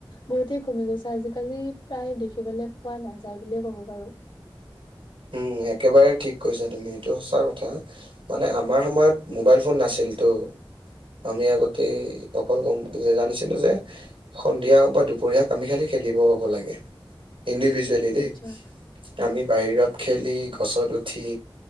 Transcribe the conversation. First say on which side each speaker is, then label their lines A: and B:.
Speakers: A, on the left; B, on the right.
A: বহুতেই কমি গৈছে আজিকালি প্ৰায় দেখিবলৈ পোৱা নাযায় বুলিয়ে ক'ব পাৰো
B: উম একেবাৰে ঠিক কৈছা তুমি এইটো সঁচা কথা মানে আমাৰ সময়ত মোবাইল ফোন নাছিল তো আমি আগতে অকল গম জানিছিলো যে সন্ধিয়া হওক বা দুপৰীয়া হওক আমি খালি খেলিব পাব লাগে ইণ্ডিভিজুৱেল দেই দেই
A: আচ্ছা
B: আমি বাহিৰত খেলি গছত উঠি